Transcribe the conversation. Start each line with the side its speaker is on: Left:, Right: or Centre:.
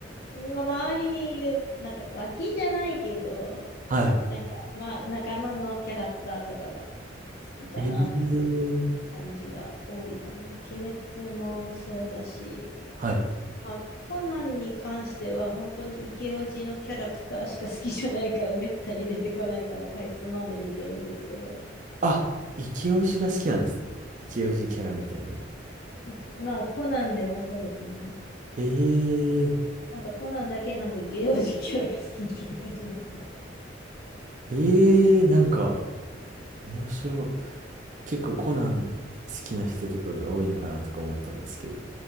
Left: ま、周りにいる、なんか脇じゃないけど、
Right: はい。
Left: なんか、まあ、仲間のキャラクターとかが好きかなっていう
Right: えー、
Left: 感じが多いかな。鬼滅もそうだし、
Right: はい。
Left: まあ、コナンに関しては本当にイケオジのキャラクターしか好きじゃないから、めったに出てこないから、かいつまんで見てるんですけど、
Right: あ、イケオジが好きなんですね。イケオジキャラみたいなの。
Left: いまあ、コナンではそうですね。
Right: へえ、
Left: なんかコナンだけなんかイケオジキャラが好きみたいな感じだった。
Right: へえ、なんか、面白い。結構コナン好きな人とかが多いのかなとか思ったんですけど。